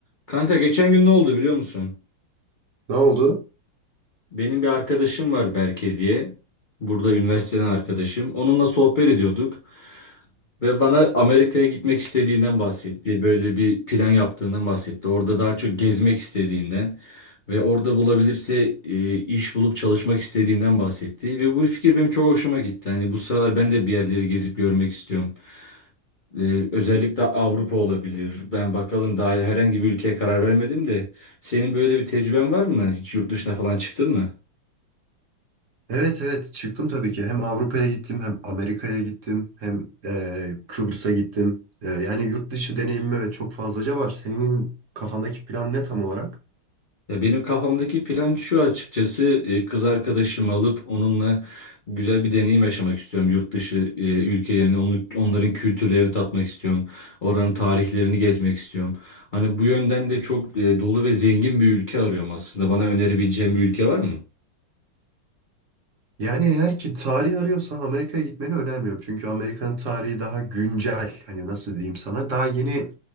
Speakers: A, on the left; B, on the right.
A: Kanka geçen gün ne oldu biliyor musun?
B: Ne oldu?
A: Benim bir arkadaşım var Berke diye. Burada üniversiteden arkadaşım. Onunla sohbet ediyorduk ve bana Amerika'ya gitmek istediğinden bahsetti. Böyle bir plan yaptığından bahsetti. Orada daha çok gezmek istediğinden ve orada bulabilirse e, iş bulup çalışmak istediğinden bahsetti. Ve bu fikir benim çok hoşuma gitti. Hani bu sıralar ben de bir yerleri gezip görmek istiyorum. Ee, özellikle Avrupa olabilir. Ben bakalım daha herhangi bir ülkeye karar vermedim de. Senin böyle bir tecrüben var mı? Hiç yurt dışına falan çıktın mı?
B: Evet evet çıktım tabii ki. Hem Avrupa'ya gittim hem Amerika'ya gittim hem eee, Kıbrıs'a gittim. Eee, yani yurt dışı deneyimime ve çok fazlaca var. Senin kafandaki plan ne tam olarak?
A: Ya benim kafamdaki plan şu açıkçası e, kız arkadaşımı alıp onunla güzel bir deneyim yaşamak istiyorum. Yurt dışı e, ülkelerini, onu- onların kültürlerini tatmak istiyorum. Oranın tarihlerini gezmek istiyorum. Hani bu yönden de çok e, dolu ve zengin bir ülke arıyorum aslında. Bana önerebileceğin bir ülke var mı?
B: Yani eğer ki tarih arıyorsan Amerika'ya gitmeni önermiyorum. Çünkü Amerika'nın tarihi daha güncel. Hani nasıl diyeyim sana? Daha yeni